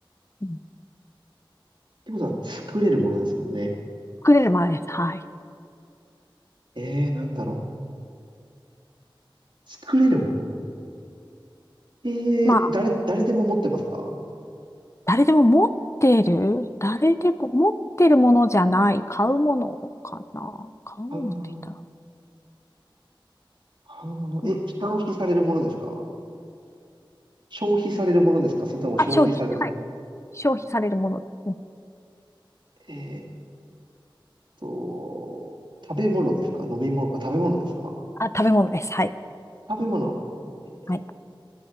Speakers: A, on the left (about 30°); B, on the right (about 60°).
A: うん
B: てことは作れるものですもんね。
A: 作れるまでです。はい。
B: えー、なんだろう。作れるものえー、
A: まあ、
B: 誰、誰でも持ってますか
A: 誰でも持ってる、誰でも持ってるものじゃない、買うものかな。買うものって言ったら。
B: 買うもの買うものえ、
A: うん。ん
B: 消費されるものですか消費されるものですかそれとも消費される、
A: あ、消費。はい。消費されるものですね。
B: えーっと、食べ物ですか飲み物、あ、食べ物ですか
A: あ、食べ物です。はい。
B: 食べ物。え
A: はい。